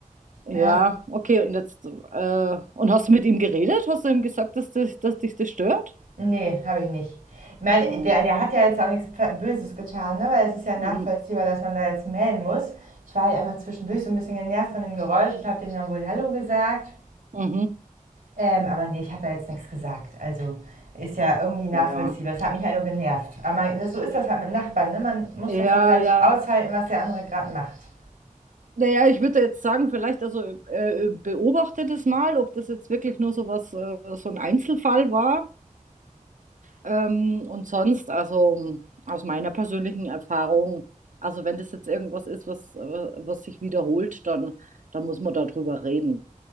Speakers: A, on the right; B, on the right.
A: Ja,
B: ja,
A: okay. Und jetzt, äh, und hast du mit ihm geredet? Hast du ihm gesagt, dass, das, dass dich das stört?
B: Ne, habe ich nicht. Ich meine,
A: Mhm,
B: der, der hat ja jetzt auch nichts Ver- Böses getan, ne? weil es ist ja nachvollziehbar,
A: mhm.
B: dass man da jetzt mähen muss. Ich war halt einfach zwischendurch so ein bisschen genervt von dem Geräusch. Ich habe dem dann wohl Hallo gesagt.
A: mhm.
B: Ähm, aber nee, ich habe da jetzt nichts gesagt. Also ist ja irgendwie nachvollziehbar.
A: Ja.
B: Es hat mich halt nur genervt. Aber man, das- so ist das halt mit Nachbarn. Ne? Man muss
A: Ja,
B: das dann halt
A: ja.
B: aushalten, was der andere gerade macht.
A: Naja, ich würde jetzt sagen, vielleicht also äh, beobachte das mal, ob das jetzt wirklich nur so was, äh, so ein Einzelfall war. Ähm, und sonst, also aus meiner persönlichen Erfahrung, also wenn das jetzt irgendwas ist, was, äh, was sich wiederholt, dann, dann muss man darüber reden.